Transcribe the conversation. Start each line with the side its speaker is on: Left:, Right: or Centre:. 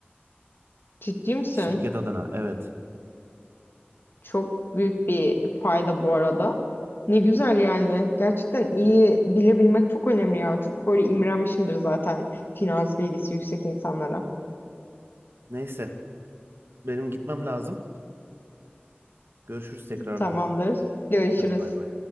Left: Ciddi misin?
Right: Şirket adına evet.
Left: Çok büyük bir fayda bu arada. Ne güzel yani. Gerçekten iyi bilebilmek çok önemli ya. Çok böyle imrenmişimdir zaten finans bilgisi yüksek insanlara.
Right: Neyse benim gitmem lazım. Görüşürüz tekrardan.
Left: Tamamdır. Görüşürüz.
Right: Hadi bay bay.